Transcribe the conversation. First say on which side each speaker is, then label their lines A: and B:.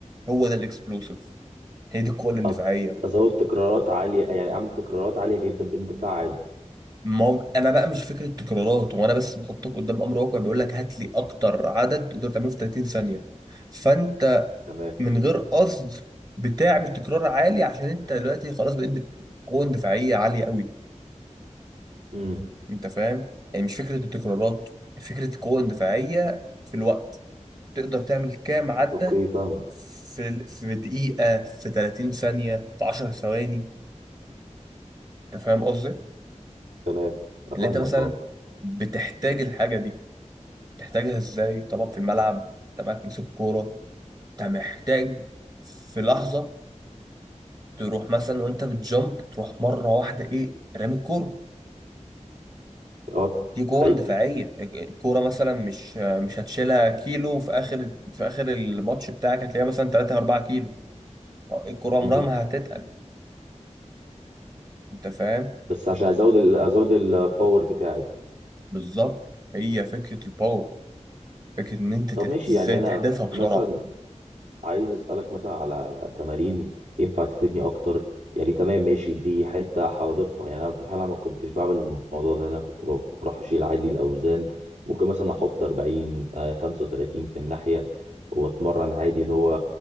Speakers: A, on the right (about 30°); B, on the right (about 75°).
A: هو ده الإكسبلوسيف هي دي القوة الاندفاعية
B: أف- ازود تكرارات عاليه يعني اعمل تكرارات عاليه جدا باندفاع عالي
A: ما هو أنا بقى مش فكرة تكرارات هو أنا بس بحطك قدام أمر واقع بيقول لك هات لي أكتر عدد تقدر تعمله في 30 ثانية فأنت
B: تمام
A: من غير قصد بتعمل تكرار عالي عشان انت دلوقتي خلاص بقيت بت- قوة دفاعية عالية قوي
B: امم
A: انت فاهم يعني مش فكرة التكرارات فكرة القوة الدفاعية في الوقت تقدر تعمل كام عدة
B: اوكي فاهمك
A: في في دقيقة في 30 ثانية في 10 ثواني انت فاهم قصدي
B: تمام افهمك
A: اللي انت مثلا
B: اه
A: بتحتاج الحاجة دي تحتاجها ازاي طبعا في الملعب انت معاك مسك كورة انت محتاج في لحظة تروح مثلا وانت بتجمب تروح مرة واحدة ايه رامي الكورة
B: اه
A: دي قوة
B: ده حقيقي
A: دفاعية الكورة مثلا مش مش هتشيلها كيلو في آخر في آخر الماتش بتاعك هتلاقيها مثلا 3 4 كيلو الكورة عمرها
B: امم
A: ما هتتقل أنت فاهم
B: بس عشان ازود ال... ازود الباور بتاعي
A: بالظبط هي فكرة الباور فكرة إن أنت
B: طب
A: تر-
B: ماشي
A: إزاي
B: يعني انا
A: تحدفها بسرعة
B: مثلا عايز اسالك مثلا على تمارين ينفع تفيدني اكتر يعني تمام ماشي دي حته هضيفها يعني انا فعلا ما كنتش بعمل الموضوع ده انا كنت بروح اشيل عادي الاوزان ممكن مثلا احط 40 آه، 35 في الناحيه واتمرن عادي اللي هو